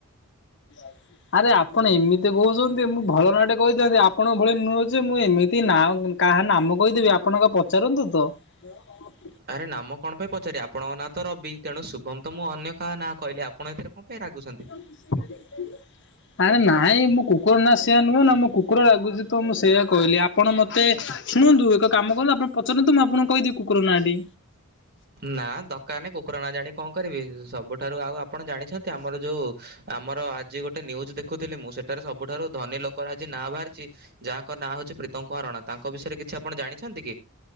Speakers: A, on the left (about 55°); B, on the right (about 45°).
A: <inaudible> ଆରେ ଆପଣ ଏମିତି କହୁଛନ୍ତି। ମୁଁ ଭଲ ନାଁଟେ କହିଥାନ୍ତି ଆପଣଙ୍କ ଭଳି ନୁହଁ ଯେ ମୁଁ ଏମିତି ନାଁ କାହା ନାମ କହିଦେବି ଆପଣ ଅଘ୍ ପଚାରନ୍ତୁ ତ। <unintelligible>
B: ଆରେ ନାମ କଣ ପାଇଁ ପଚାରିବି ଆପଣଙ୍କ ନାଁତ ରବି ତେଣୁ ଶୁଭମତ ମୁଁ ଅନ୍ୟ କାହାନାଁ କହିଲି ଆପଣ ଏଥିରେ କଣ ପାଇଁ ରାଗୁଚନ୍ତି?
A: <inaudible> ଆରେ ନାଇଁ ମୋ କୁକୁରନା ସେଇଆ ନୁହଁନା ମୋ କୁକୁର ରାଗୁଚିତ ମୁଁ ସେଇଆ କହିଲି ଆପଣ ମତେ ଶୁଣନ୍ତୁ ଏକ କାମ କରନ୍ତୁ ଆପଣ ପଚାରନ୍ତୁ ମୁଁ ଆପଣଙ୍କୁ କହିଦେବି କୁକୁର ନାଁଟି।
B: ନା ଦରକାର୍ ନାଇଁ କୁକୁର ନାଜାଣି କଁ କରିବି ସବୁଠାରୁ ଆଉ ଆପଣ ଜାଣିଛନ୍ତି ଆମର ଯୋଉ ଆମର ଆଜି ଗୋଟେ ନ୍ୟୁଜ୍ ଦେଖୁଥିଲି ମୁଁ ସେଠାରେ ସବୁଠାରୁ ଧନୀ ଲୋକର ଆଜି ନାଁ ବାହାରିଚି ଯାହାଙ୍କ ନାଁ ହଉଚି ପ୍ରୀତମ୍ କୁମାର ରଣା ତାଙ୍କ ବିଷୟରେ କିଛି ଆପଣ ଜାଣିଛନ୍ତି କି?